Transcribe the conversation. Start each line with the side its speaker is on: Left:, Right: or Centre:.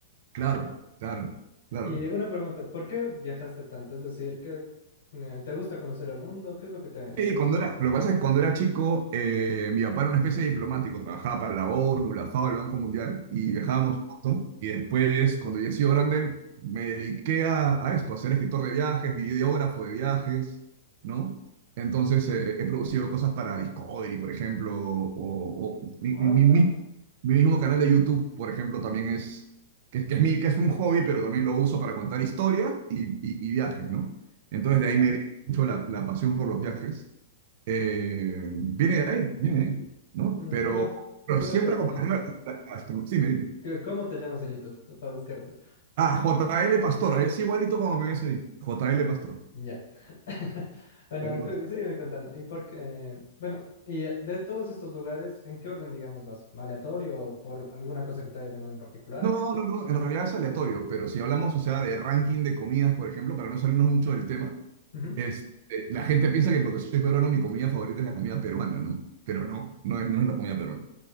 Right: Claro, claro, claro.
Left: Y una pregunta, ¿por qué viajaste tanto? Es decir, ¿qué, eh, ¿te gusta conocer el mundo? ¿Qué es lo que te...
Right: Sí, cuando era, lo que pasa es que cuando era chico, eh, mi papá era una especie de diplomático, trabajaba para la ONU, la FAO, el Banco Mundial, y
Left: Ujú.
Right: viajábamos un montón. Y después, cuando yo he sido grande, me dediqué a, a esto, a ser escritor de viajes, videógrafo de viajes, ¿no? Entonces, eh, he producido cosas para Discovery, por ejemplo, o, o mi,
Left: Hola.
Right: mi- mi- mi- mi mismo canal de YouTube, por ejemplo, también es, que, que es mi, que es un hobby, pero también lo uso para contar historias y, y- y viajes, ¿no? Entonces,
Left: ¿Ya?
Right: de ahí me viene mucho la la pasión por los viajes. Eh, viene de ahí, viene de ahí, ¿no?
Left: Mm,
Right: Pero,
Left: Una,
Right: pero
Left: una
Right: siempre
Left: preguntita.
Right: acompañado a- a- a- Sí, me dime.
Left: ¿Qué- ¿Cómo te llamas en YouTube para buscarte?
Right: Ah, JL Pastor, es igualito como me ves ahí. JL Pastor.
Left: Ya. <laughs> Bueno,
Right: JL
Left: cu-
Right: Pastor.
Left: sígueme contando. Y por qué- bueno, y de todos estos lugares, ¿en qué orden, digamos, vas? ¿Aleatorio o por alguna cosa que te haya llamado en particular?
Right: No, no, no, en realidad es aleatorio, pero si hablamos, o sea, de ranking de comidas, por ejemplo, para no salirnos mucho del tema,
Left: Ujú.
Right: es, eh, la gente piensa que porque soy peruano mi comida favorita es la comida peruana, ¿no? Pero no, no es, no es la comida peruana.